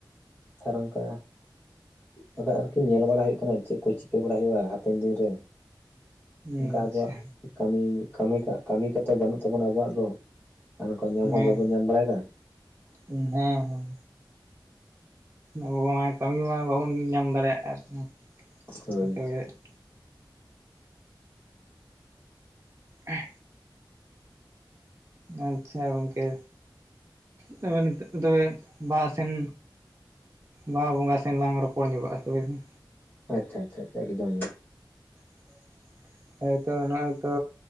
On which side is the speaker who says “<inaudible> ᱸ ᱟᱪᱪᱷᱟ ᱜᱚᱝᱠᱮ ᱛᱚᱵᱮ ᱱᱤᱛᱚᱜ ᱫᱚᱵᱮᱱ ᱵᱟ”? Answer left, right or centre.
Right